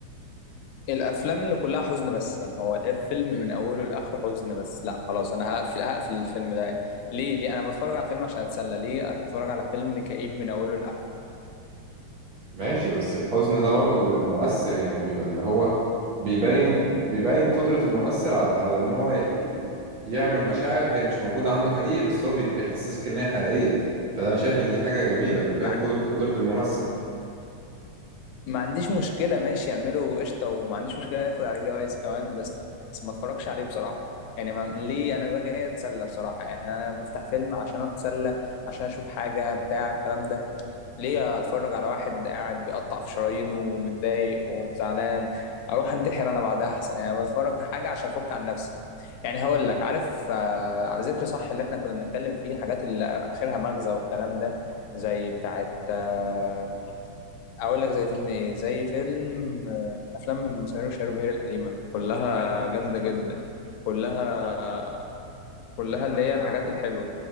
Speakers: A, on the left; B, on the right.
A: الافلام اللي كلها حزن بس يعني هو الفيلم من اوله لاخره حزن بس لا خلاص انا هقفل هقفل الفيلم ده ليه ليه انا بتفرج على فيلم عشان اتسلى ليه اتفرج على فيلم كئيب من اوله لاخره
B: ماشي بس الحزن ده برضه بيبقى مؤثر يعني بيبقى اللي هو بيبين بيبين قدرة الممثل على, على إن هو ي- يعمل مشاعر هي مش موجودة عنده حقيقي بس هو بي- بيحسسك إن هي حقيقية فده أنا شايف إن دي حاجة جميلة بتبين
A: ما عن-
B: قدر- قدرة الممثل
A: ما عنديش مشكله ماشي يعملوا قشطه وما عنديش مشكله ياخد عليه جوائز كمان بس بس ما اتفرجش عليه بصراحه يعني ما ليه انا ده جاي اتسلى بصراحه يعني انا بفتح فيلم عشان اتسلى عشان اشوف حاجه بتاع الكلام ده ليه اتفرج على واحد قاعد بيقطع في شرايينه ومتضايق وزعلان اروح انتحر انا بعدها احسن يعني بتفرج حاجه عشان افك عن نفسي يعني هقول لك عارف آه، على ذكر صح اللي احنا كنا بنتكلم فيه حاجات اللي اخرها مغزى والكلام ده زي بتاعت آه، اقول لك زي فيلم ايه زي فيلم آه، افلام سمير وشهير وبهير القديمه كلها جامده جدا كلها كلها اللي هي الحاجات الحلوه